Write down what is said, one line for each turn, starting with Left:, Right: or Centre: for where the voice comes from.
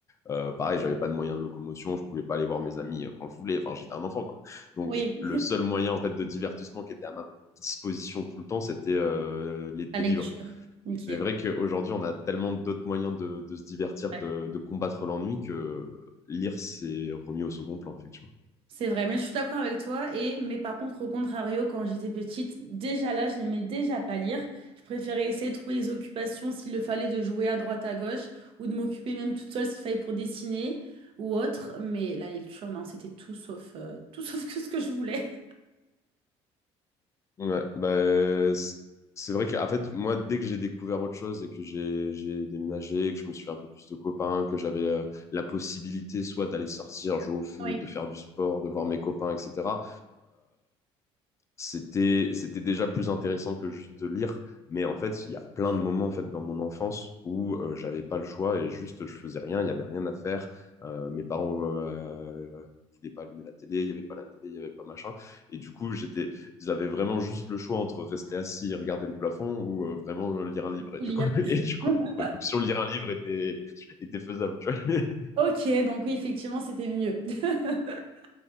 Left: euh, pareil j'avais pas de moyens de locomotion, je pouvais pas aller voir mes amis euh, quand je voulais, enfin j'étais un enfant quoi. Donc
Right: Oui,
Left: le seul moyen en fait de divertissement qui était à ma disposition tout le temps c'était euh, les
Right: la
Left: des
Right: lecture.
Left: livres.
Right: Ok.
Left: Et C'est vrai qu'aujourd'hui, on a tellement d'autres moyens de, de se divertir,
Right: Ouais.
Left: de, de combattre l'ennui que lire, c'est remis au second plan, effectivement.
Right: C'est vrai, mais je suis d'accord avec toi. Et, mais par contre, au contrario, quand j'étais petite, déjà là, je n'aimais déjà pas lire. Je préférais essayer de trouver des occupations s'il le fallait de jouer à droite à gauche ou de m'occuper même toute seule s'il fallait pour dessiner ou autre. Mais la lecture, non, c'était tout sauf, euh, <laughs> tout sauf que ce que je voulais.
Left: Ouais, bah, c- c'est vrai qu'en fait, moi, dès que j'ai découvert autre chose et que j'ai, j'ai déménagé, que je me suis fait un peu plus de copains, que j'avais euh, la possibilité soit d'aller sortir, jouer au foot,
Right: Oui.
Left: de faire du sport, de voir mes copains, etc., c'était c'était déjà plus intéressant que juste de lire mais en fait il y a plein
Right: Je
Left: de moments en fait dans mon enfance où euh, j'avais pas le choix et juste je faisais rien il y avait rien à faire Euh, mes parents euh, euh, voulaient pas allumer la télé il y avait pas la télé il y avait pas machin et du coup j'étais j'avais vraiment juste le choix entre rester assis et regarder le plafond ou euh, vraiment euh, lire un livre et
Right: Ou
Left: du
Right: lire.
Left: coup <laughs> et du coup
Right: <laughs>
Left: euh, l'option lire un livre était était faisable tu vois. <laughs>
Right: Ok, donc oui, effectivement, c'était mieux. <laughs>